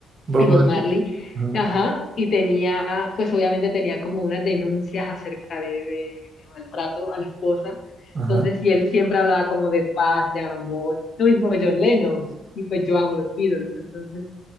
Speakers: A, on the right; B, on the left.
A: Bob
B: Y Bob
A: Marley.
B: Marley,
A: Ajá.
B: ajá, y tenía, pues obviamente tenía como unas denuncias acerca de, de, de maltrato a la esposa.
A: Ajá.
B: Entonces, y él siempre hablaba como de paz, de amor, lo mismo que John Lennon. Y pues yo amo los Beatles, entonces